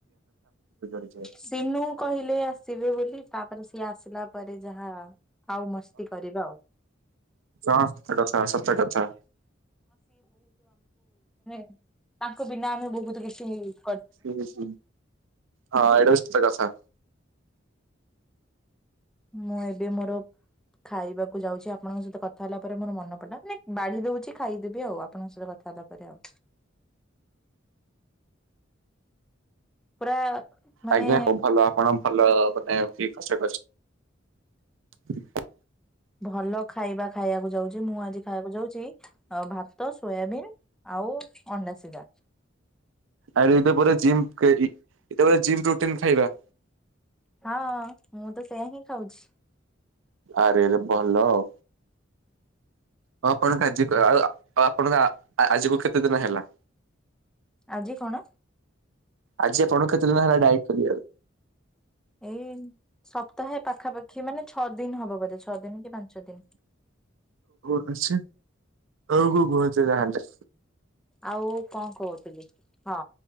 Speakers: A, on the right; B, in the centre.
A: ରହିବ।
B: ସିନୁ କହିଲେ ଆସିବେ ବୋଲି ତାପରେ ସେ। ଇଏ ଆସିଲା ପରେ ଯାହା। ଆଉ ମସ୍ତି କରିବା ଆଉ।
A: ସଂସ୍ଥା କଥା, ସତ କଥା।
B: ଏଇ ତାଙ୍କ ବିନା ଆମେ ବହୁତ କିଛି ହେଇଚ।
A: ଧୀରେ ଶୁଣ, ହଁ ଏଇଟାସୁ। ସାର୍ ରସା।
B: ମୁଁ ଏବେ ମୋର ଖାଇବାକୁ ଯାଉଛି। ଆପଣଙ୍କ ସହିତ କଥା ହେଲା ପରେ ମୋର ମନେ ପଡ଼ିଲା। ନାଇଁ, ବାଢ଼ି ଦେଉଛି। ଖାଇଦେବି, ଆଉ ଆପଣଙ୍କ ସହିତ କଥାବାର୍ତ୍ତା ପରେ ଆଉ। ପୁରା ମାନେ
A: ଆଜ୍ଞା, ହଉ ଭଲ ଆପଣ ଭଲ କଥା ଫ୍ରି ଫର୍ଷ୍ଟ ୟିଅରକୁ ଆସିଚ। <unintelligible>
B: ଆମ ଭଲ ଖାଇବା ଖାଇବାକୁ ଯାଉଚି। ମୁଁ ଆଜି ଖାଇବାକୁ ଯାଉଛି ଭାତ, ସୋୟାବିନ୍ ଆଉ ଅଣ୍ଡା ଶିଜା।
A: ଆରେ, ଏଇଟା ପୁରା ଜିମ୍ କେ ଇ ଏଟା ବା ଜିମ୍ ପ୍ରୋଟିନ୍ ଖାଇବା।
B: ହଁ ମୁଁ ତ ସେଇଆ ହିଁ ଖାଉଛି।
A: ଆରେରେ ଭଲ ଆଉ। ହଁ, ଆପଣ ଆଜିକୁ ଆ ଆଉ ଆପଣଙ୍କ ଆ ଆଜିକୁ କେତେ ଦିନ ହେଲା?
B: ଆଜି କଣ
A: ଆଜି ଆପଣଙ୍କ କେତେଦିନି ହେଲା ଡାଏଟ୍ କରିବାର?
B: ଏଇ ସପ ତାହା ପାଖାପାଖି ମାନେ ଛଅ ଦିନ ହେବ ବୋଧେ, ଛଅ ଦିନ କି ପାଞ୍ଚ ଦିନ।
A: ଆଛା ହଉ କୋଉ କୁହନ୍ତ ତାହେଲେ।
B: ଆଉ କଣ କହୁଥିଲି। ହଁ